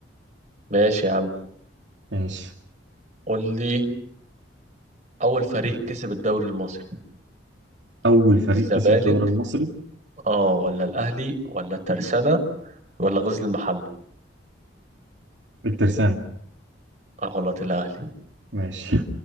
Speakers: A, on the right; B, on the right.
A: ماشي يا عم
B: ماشي
A: قول لي أول فريق كسب الدوري المصري
B: اول فريق
A: الزمالك
B: كسب الدوري المصري
A: اه ولا الأهلي ولا الترسانة ولا غزل المحلة
B: الترسانة
A: آه، غلط الأهلي
B: ماشي